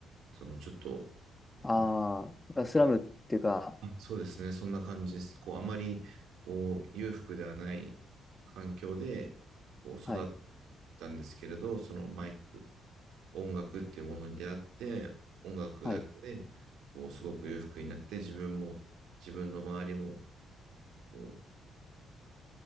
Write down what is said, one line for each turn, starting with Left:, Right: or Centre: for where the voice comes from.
Right: そのちょっと、
Left: ああ、
Right: あ、
Left: スラムっていうか、
Right: あそうですね、そんな感じです。こう、あまり、こう、裕福ではない環境で、こう、育っ
Left: はい。
Right: たんですけれど、そのマイク、音楽っていうものに出会って、音楽だけで、
Left: はい。
Right: こう、すごく裕福になって、自分も、自分の周りも、こう、